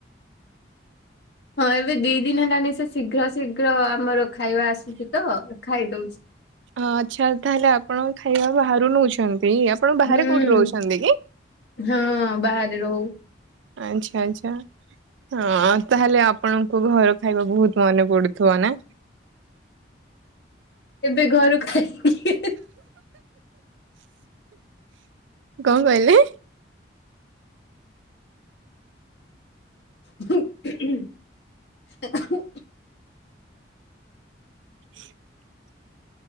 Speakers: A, on the left; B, on the right.
A: ହଁ ଏବେ ଦି ଦିନ ହେଲାଣିି ସେ ଶୀଘ୍ର ଶୀଘ୍ର ମୋର ଖାଇବା ଆସୁଚି ତ ଖାଇ ଦଉଚି।
B: ଆଚ୍ଛା ତାହେଲେ ଆପଣ ଖାଇବା ବାହାରୁ ନଉଛନ୍ତି। ସେଇ ଆପଣ ବାହାରେ
A: ହୁଁ
B: କୋଉଠି ରହୁଚନ୍ତି କି?
A: ହଁ ବାହାରେ ରହୁ
B: ଆଚ୍ଛା ଆଚ୍ଛା ହ ତାହେଲେ ଆପଣଙ୍କୁ ଘର ଖାଇବା ବହୁତ ମନେ ପଡୁଥିବ ନା?
A: ଏବେ ଘରୁ ଖାଇକି
B: କଣ କହିଲେ?
A: <inaudible>
B: <inaudible>